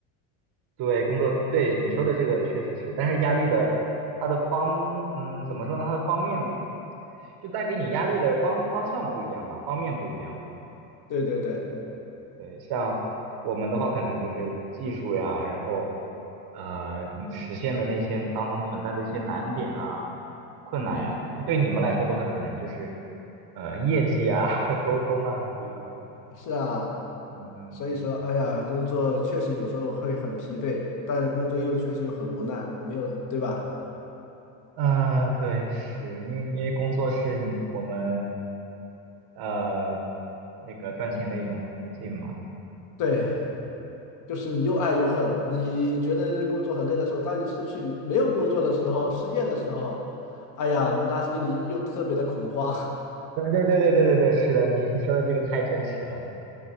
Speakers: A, on the right; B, on the left.
A: 对工作，对你说的这个确实是，但是压力的它的方，嗯，怎么说呢？它的方面就带给你压力的方方向不一样嘛，方面不一样嘛。
B: 对对对，
A: 对，像我们的话，可能就是技术呀，然后呃，嗯实现的那些当中存在的一些难点啊、困难呀，
B: 嗯。
A: 对你们来说的话，可能就是呃业绩啊、<laughs> 沟通啊这一块。
B: 是啊，
A: 嗯
B: 所以说，哎呀，工作确实有时候会很疲惫，但工作又确实又很无奈，没有，对吧？
A: 嗯，呃，对，是因为因为工作是你我们呃那个赚钱的一种途径嘛。
B: 对，就是你又爱又恨。你觉得工作很累的时候，当你失去没有工作的时候，失业的时候，哎呀，那心里又特别的恐慌
A: 对对对对对对对，是的，你 <laughs> 说的这个太真实了。